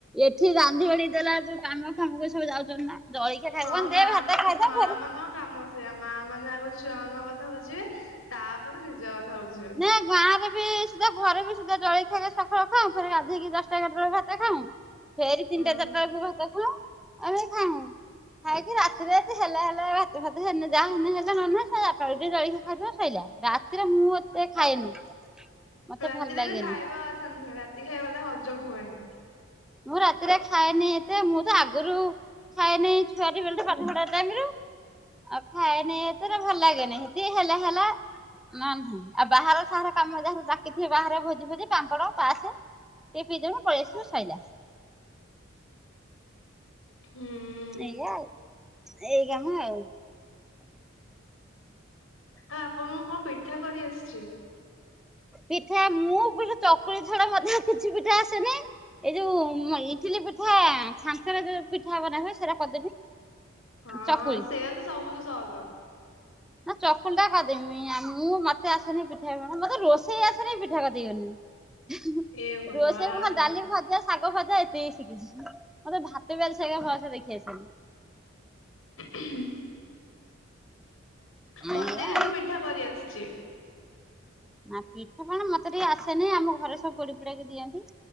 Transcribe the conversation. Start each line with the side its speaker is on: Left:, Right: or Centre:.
Centre: ଏଠି ରାନ୍ଧି ବାଢ଼ି ଦେଲା ବେଳକୁ କାମ ଫାମ କୁ ସବୁ ଯାଉଚନ୍ତି ନା। ଜଳଖିଆ ଖାଇବୁ
Left: ହଁ
Centre: କଣ ଦେ
Left: ମା
Centre: ଭାତ
Left: ମାନ
Centre: ଖାଇଦେ
Left: ମା
Centre: ଫେରେ
Left: ମାନଙ୍କ କାମ ସେଇଆ ମା ମାନେ ଆଗ ଛୁଆ ମାନଙ୍କ କଥା ବୁଝିବେ। ତାପରେ ନିଜ କଥା ବୁଝିବେ?
Centre: ନାଁ ଗାଁ ହୁଏ ବି ସିଧା ଘରେ ବି ସୁଧା ଜଳେ ଖିଆ ସକାଳ ଖାଉ ଫେରେ ଗାଧୋଇକି ଦଶଟା ଏଗାର ଟା ବେଳେ ଭାତ ଖାଉଁ। ଫେରି ତିନିଟା
Left: ହଁ।
Centre: ଚାରିଟା ବେଳକୁ ଭାତ ଖାଉଁ ଆମେ ଖାଉଁ। ଆମେ ଖାଉଁ। ଖାଇ କିି ରାତିରେ ରାତି ହେଲା ହେଲେ ଭାତ ଫାତ ହେନେ ଯାହା ହେନେ ହେଲା ନହେନେ ନାହିଁ। ହେ ଆଟ ଟା ବେଳକୁ ଯିଏ ଜଳଖିଆ ଖାଇଦେଲା ଶଇଲା ରାତିରେ ମୁଁ ଏତେ ଖାଏନି। ମତେ
Left: ରାତିରେ
Centre: ଭଲ ଲାଗେନି
Left: ବି ଖାଇବା ଅଥା ନୁହେଁ ରାତି ଖାଇବାଟା ହଜମ ହୁଏନି।
Centre: ମୁଁ ରାତିରେ ଖାଏନି ଏତେ ମୁଁ ତ ଆଗରୁ ଖାଏନେଇଁ ଛୁଆଟି ବେଳଠୁ ପାଠ ପଢା ଟାଇମ ରୁ ଆଉ ଖାଏନି ଏତେରା ଭଲ ଲାଗେନେଇଁ। କି ହେଲେ ହେଲା ନାଁ ନାହିଁ ଆଉ ବାହାର ସାହାର କାମ ଯାହାର ଡାକିଥିବେ ବାହାଘରିଆ ଭୋଜି ଭୋଜି ପାମ୍ପଡ ପାସେ ଟିକେ ପି ଦେମିି ପଳେଇ ଆସିମି ସଇଲା।
Left: ହୁଁ।
Centre: ଏଇଆ ଆଉ ଏଇଗା ହୁଁ ଆଉ।
Left: ଆଉ ଆପଣଙ୍କୁ କଣ ପିଠା କରି ଆସଚି?
Centre: ପିଠା ମୁଁ ପିଠା ଚକୁଳି ଛଡା ମୋତେ ଆଉ କିଛି ପିଠା ଆସେନେଇଁ। ଏଇ ଯୋଉ ମ ଇଟିଲି ପିଠା ଛାଞ୍ଚରେ ଯୋଉ ପିଠା ବନା ହୁଏ ସେରା କରିଦେବି।
Left: ହଁ
Centre: ଚକୁଳି
Left: ସେଇଆ ତ ସବୁ ତୁ ସହଜ।
Centre: ନା ଚକୁଲ ଟା କରିଦେମି ଆଉ ମୁଁ ମତେ ଆସେନି ପିଠା ପ ମତେ ରୋଷେଇ ଆସେନି ପିଠା କତିକି ଗନିଣି। ହୁଁ
Left: ହେ ଭଗବାନ
Centre: ରୋଷେଇ ମୁଁ ଖାଲି ଡାଲି ଭଜା ଶାଗ ଭଜା ଏତକି ଶିଖିଛି ମତେ ଭାତବି ଆଜି ସାଇକା ଭଲସେ ଦେଖି ଆସେନି।
Left: ଉଁ ହୁଁ।
Centre: ଏଇଆ
Left: ମତେ କିନ୍ତୁ ପିଠା କରିଆସୁଚି।
Centre: ନା ପିଠାପଣା ମତେ ଟିକେ ଆସେନେଇଁ ଆମ ଘରେ ସବୁ ପୋଡି ପୁଡାକି ଦିଅନ୍ତି।